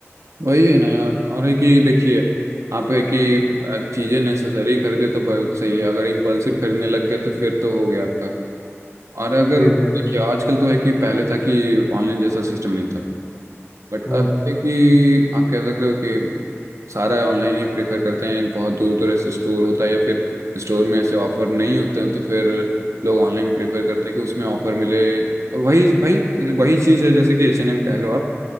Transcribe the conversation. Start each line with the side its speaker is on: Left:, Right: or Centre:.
Right: वही है ना यार और है कि देखिए आप है कि अ, चीज़ें नेसेसरी खरीदे तो बहुत सही है अगर इम्पल्सिव खरीदने लग गए तो फिर तो हो गया आपका और अगर
Left: जी
Right: देखिए
Left: जी जी
Right: आजकल तो है कि पहले था कि ऑनलाइन जैसा सिस्टम नहीं था बट
Left: हम्म
Right: अब है कि आप कह सकते हो कि सारा ऑनलाइन ही प्रेफर करते हैं बहुत दूर दूर ऐसे स्टोर होता है या फिर स्टोर में ऐसे ऑफर नहीं होते हैं तो फिर लोग ऑनलाइन प्रेफर करते हैं कि उसमें ऑफर मिले और वही भाई वही चीज़ है जैसे कि एच एन एम कह लो आप